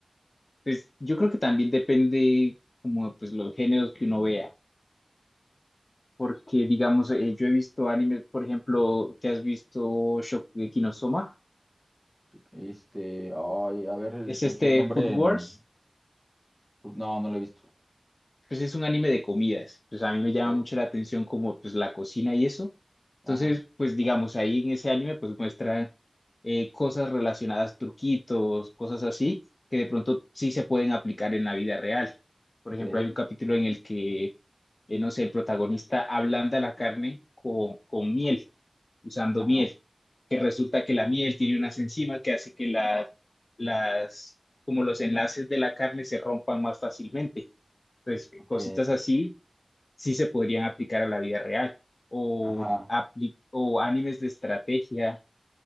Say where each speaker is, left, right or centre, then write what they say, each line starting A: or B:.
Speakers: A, on the left (about 60°); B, on the left (about 15°).
A: pues yo creo que también depende como pues los géneros que uno vea, porque digamos, eh, yo he visto animes, por ejemplo, ¿te has visto Shokugeki no Soma?
B: Este, ay, a ver, el-
A: Es
B: es
A: este
B: un nombre
A: Food
B: en...
A: Wars.
B: No, no lo he visto.
A: pues es un anime de comidas, pues a mí
B: Ok.
A: me llama mucho la atención como pues la cocina y eso. Entonces,
B: Ajá.
A: pues digamos, ahí en ese anime pues muestra eh, cosas relacionadas, truquitos, cosas así, que de pronto sí se pueden aplicar en la vida real. Por
B: Ok.
A: ejemplo, hay un capítulo en el que, eh, no sé, el protagonista ablanda la carne con, con miel usando
B: Ajá.
A: miel, que resulta que la miel tiene unas enzimas que hace que la- las, como los enlaces de la carne se rompan más fácilmente. Entonces,
B: Ok.
A: cositas así sí se podrían aplicar a la vida real o,
B: Ajá.
A: apli- o animes de estrategia